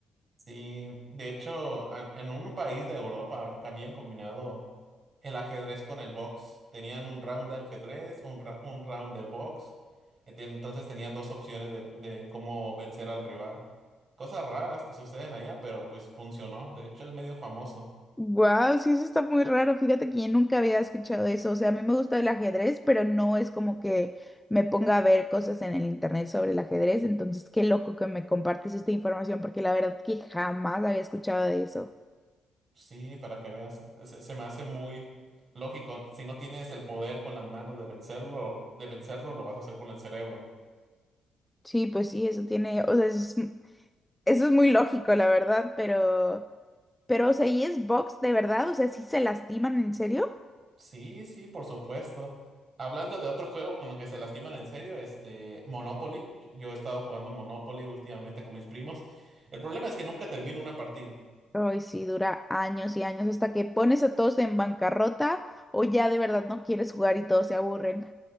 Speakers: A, on the right; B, in the centre.
A: Sí, de hecho, en en un país de Europa habían combinado. el ajedrez con el box. Tenían un round de ajedrez, un, ra- un round de box. Eh, ten- Entonces tenían dos opciones de, de cómo vencer al rival. Cosas raras que suceden allá, pero pues funcionó. De hecho, es medio famoso.
B: Wow, sí, eso está muy raro. Fíjate que yo nunca había escuchado eso. O sea, a mí me gusta el ajedrez, pero no es como que me ponga a ver cosas en el internet sobre el ajedrez. Entonces, qué loco que me compartes esta información, porque la verdad que jamás había escuchado de eso.
A: Sí, para que veas. Se, se me hace muy lógico. Si no tienes el poder con las manos de vencerlo, de vencerlo, lo vas a hacer con el cerebro.
B: Sí, pues sí, eso tiene, o sea, eso es- eso es muy lógico, la verdad, pero, pero, o sea, ¿y es box de verdad? O sea, ¿sí se lastiman en serio?
A: Sí, sí, por supuesto. Hablando de otro juego con lo que se lastiman en serio, este, Monopoly. Yo he estado jugando Monopoly últimamente con mis primos. El problema es que nunca termino una partida.
B: Ay, sí, dura años y años hasta que pones a todos en bancarrota o ya de verdad no quieres jugar y todos se aburren.